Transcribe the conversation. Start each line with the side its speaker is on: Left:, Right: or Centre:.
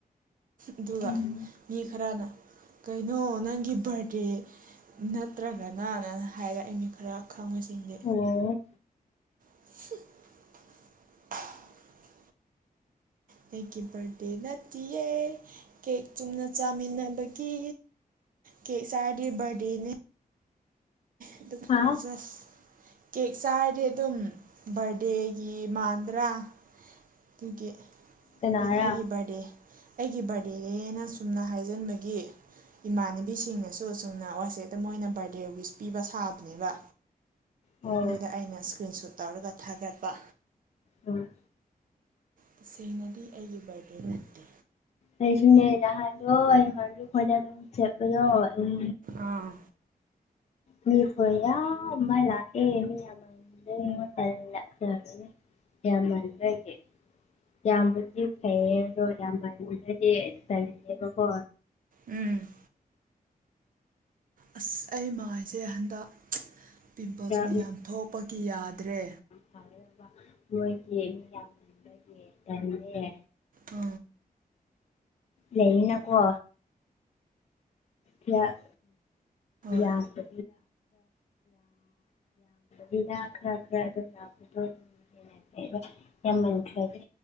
Right: ꯑꯗꯨꯒ
Left: ꯎꯝ
Right: ꯃꯤ ꯈꯔꯅ ꯀꯩꯅꯣ ꯅꯪꯒꯤ ꯕꯥꯔꯗꯦ ꯅꯠꯇ꯭ꯔꯒꯅꯅ ꯍꯥꯏꯔꯛ ꯑꯦ ꯃꯤ ꯈꯔ ꯈꯪꯕꯁꯤꯡꯗꯤ
Left: ꯎꯝ ꯑꯣ
Right: <inaudible> ꯑꯩꯒꯤ ꯕꯥꯔꯗꯦ ꯅꯠꯇꯤꯌꯦ ꯀꯦꯛ ꯆꯨꯝꯅ ꯆꯥꯃꯤꯟꯅꯕꯒꯤ ꯀꯦꯛ ꯆꯥꯔꯗꯤ ꯕꯔꯗꯦꯅꯦ ꯑꯗꯨꯒ
Left: ꯍꯥ
Right: ꯖꯁ ꯀꯦꯛ ꯆꯥꯔꯗꯤ ꯑꯗꯨꯝ ꯕꯥꯔꯗꯦꯒꯤ ꯃꯥꯟꯗ꯭ꯔꯥ ꯗꯨꯒꯤ
Left: ꯀꯅꯥꯔꯥ
Right: ꯑꯩꯅ ꯑꯩꯒꯤ ꯕꯥꯔꯗꯦ ꯑꯩꯒꯤ ꯕꯥꯔꯗꯦꯅꯦꯅ ꯁꯨꯝꯅ ꯍꯥꯏꯖꯟꯕꯒꯤ ꯏꯃꯥꯟꯅꯕꯤꯁꯤꯡꯅꯁꯨ ꯁꯨꯝꯅ ꯋꯥꯆꯦꯞꯇ ꯃꯣꯏꯅ ꯕꯥꯔꯗꯦ ꯋꯤꯁ ꯄꯤꯕ ꯁꯥꯕꯅꯦꯕ
Left: ꯑꯣ
Right: ꯑꯗꯨꯗ ꯑꯩꯅ ꯏꯁꯀ꯭ꯔꯤꯟ ꯁꯨꯠ ꯇꯧꯔꯒ ꯊꯥꯒꯠꯄ
Left: ꯗꯣꯠ
Right: ꯇꯁꯦꯡꯅꯗꯤ ꯑꯩꯒꯤ ꯕꯥꯔꯗꯦ ꯅꯠꯇꯦ
Left: ꯑꯩꯁꯨꯅꯦ ꯅꯍꯥꯟꯗꯣ ꯑꯩ ꯏꯃꯥꯟꯅꯕꯤ ꯈꯣꯏꯗ ꯑꯗꯨꯝ ꯁꯦꯠꯄꯗꯣ ꯎꯝ
Right: ꯑꯥ
Left: ꯃꯤ ꯈꯨꯌꯥꯝꯃ ꯂꯥꯛꯑꯦ ꯃꯤ ꯌꯥꯝꯃ <unintelligible> ꯌꯥꯝꯃꯟꯕꯒꯤ ꯌꯥꯝꯕꯨꯗꯤ ꯐꯩꯌꯦ ꯑꯗꯣ ꯌꯥꯝꯃꯟꯕꯗꯤ ꯇꯜꯂꯦꯕꯀꯣ
Right: ꯎꯝ ꯑꯁ ꯑꯩ ꯃꯥꯏꯁꯦ ꯍꯟꯗꯛ ꯄꯤꯝꯄꯜꯁ
Left: ꯈꯔ
Right: ꯃꯤ ꯌꯥꯝ ꯊꯣꯛꯄꯒꯤ ꯌꯥꯗ꯭ꯔꯦ
Left: ꯐꯅꯕ ꯃꯣꯏꯒꯤ ꯃꯤ ꯌꯥꯝꯃꯟꯕꯒꯤ ꯇꯟꯂ
Right: ꯑ
Left: ꯂꯩꯅꯀꯣ ꯎꯝ ꯌꯥꯗ
Right: ꯍꯣꯏ
Left: ꯌꯥꯝꯕ ꯂꯤꯗ ꯈꯔ ꯈꯔ ꯑꯗꯨꯝ ꯂꯥꯛꯄꯗꯣ ꯑꯗꯨꯝꯟꯅ ꯑꯩꯕ ꯌꯥꯝꯃꯟꯈ꯭ꯔꯗꯤ